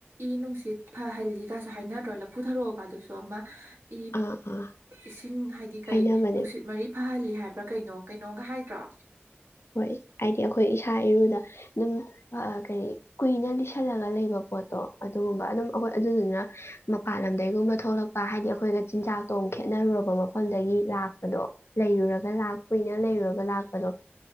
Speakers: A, on the right (about 85°); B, on the left (about 85°).
A: ꯏ ꯅꯨꯡꯁꯤꯠ ꯐꯍꯜꯂꯤ ꯀꯥꯁꯨ ꯍꯥꯏꯅꯗ꯭ꯔꯣ ꯂꯐꯨ ꯊꯥꯔꯛꯑꯀꯥꯟꯗꯨꯁꯨ ꯑꯃ ꯏ
B: ꯑꯥ ꯑꯥ
A: ꯏꯁꯤꯡ ꯍꯥꯏꯗꯤ ꯀꯔꯤ
B: ꯍꯥꯏꯅꯕꯅꯦ
A: ꯅꯨꯡꯁꯤꯠ ꯃꯔꯤ ꯐꯍꯜꯂꯤ ꯍꯥꯏ ꯍꯥꯏꯕ꯭ꯔꯥ ꯀꯩꯅꯣ ꯀꯩꯅꯣꯒ ꯍꯥꯏꯗ꯭ꯔꯣ
B: ꯍꯣꯏ ꯍꯥꯏꯗꯤ ꯑꯩꯈꯣꯏ ꯏꯁꯥ ꯏꯔꯨꯗ ꯑꯗꯨꯝ ꯀꯔꯤ ꯀꯨꯏꯅ ꯂꯤꯁꯜꯂꯒ ꯂꯩꯕ ꯄꯣꯠꯇꯣ ꯑꯗꯨꯒꯨꯝꯕ ꯑꯗꯨꯝ ꯑꯩꯈꯣꯏ ꯑꯗꯨꯗꯨꯅ ꯃꯄꯥꯟ ꯂꯝꯗꯒꯤꯩꯒꯨꯝꯕ ꯊꯣꯛꯂꯛꯄ ꯍꯥꯏꯗꯤ ꯑꯩꯈꯣꯏꯒ ꯆꯤꯟꯖꯥꯛꯇꯣꯡ ꯈꯦꯠꯅꯔꯨꯔꯕ ꯐꯣꯟꯗꯒꯤ ꯂꯥꯛꯄꯗꯣ ꯂꯩꯔꯨꯔꯒ ꯂꯥꯛ ꯀꯨꯏꯅ ꯂꯩꯔꯨꯔꯒ ꯂꯥꯛꯄꯗꯣ